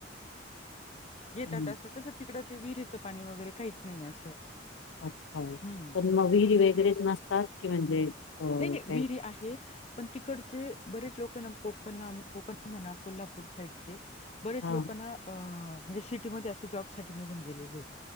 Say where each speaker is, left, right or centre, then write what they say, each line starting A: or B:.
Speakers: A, on the left (about 35°); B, on the left (about 85°).
A: येतात
B: हम्म
A: असं. तसं तिकडे ते विहिरीचं पाणी वगैरे काहीच नाही असं.
B: अच्छा.
A: हम्म.
B: पण मग विहीरी वगैरेंच नसतात की म्हणजे- अ
A: नाही नाही.
B: काही
A: विहिरी आहे. पण तिकडचे बरेच लोक ना? कोकण कोकण म्हणा कोल्हापूर साईडचे- बरेच
B: हा
A: लोक ना? म्हणजे सिटीमध्ये असे जॉब साठी निघून गेलेले आहेत.